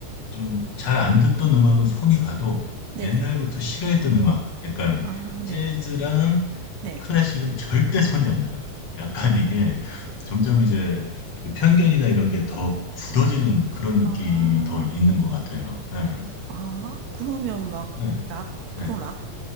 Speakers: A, on the left; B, on the right.
A: 좀 잘 안 듣던 음악은 손이 가도
B: 네네.
A: 옛날부터 싫어했던 음악, 약간
B: 아, 네.
A: 재즈랑
B: 네.
A: 클래식은 절대 손이 안 나갑니다. 약간 이게 점점 이제 그 편견이나 이런 게 더 굳어지는 그런 느낌이
B: 아,
A: 더 있는 것 같아요. 예.
B: 아, 그러면 막,
A: 네,
B: 락,
A: 네.
B: 보통 락